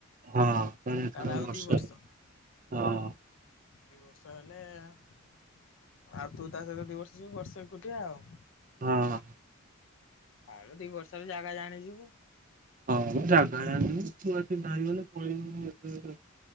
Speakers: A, on the right; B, on the left.
A: ହଁ ତାର ଏଇଥରକ
B: ଆଉ
A: ବର୍ଷେ
B: ଦି ବର୍ଷ
A: ହଁ,
B: ଦି ବର୍ଷ ହେଲେ ଆଉ ତୁ ତା ସହିତ ଦି ବର୍ଷ ଯିବୁ ବର୍ଷେ ଏକୁଟିଆ ଆଉ।
A: ହଁ।
B: ଆଉ ଦି ବର୍ଷରେ ଜାଗା ଜାଣିଯିବୁ।
A: ହଁ ମୁଁ ଜାଗା ଜାଣିନି ଛୁଆ ଚିହ୍ନା ହେଇଗଲେ ପଳେଇବନି ଏତେ